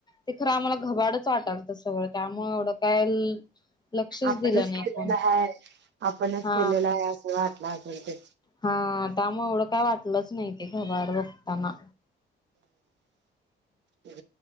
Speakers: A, on the left (about 20°); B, on the right (about 60°).
A: ते खरं आम्हाला घबाडच वाटाल त सगळं त्यामुळे एवढं काय लक्षच
B: आपणच
A: दिलं नाही
B: केेलेलं
A: कोण
B: आहे आपणच
A: हा
B: खेलेलं आहे असं वाटलं असेल ते
A: हा त्यामुळे एवढं काय वाटलंच नाही ते घबर बघताना
B: हर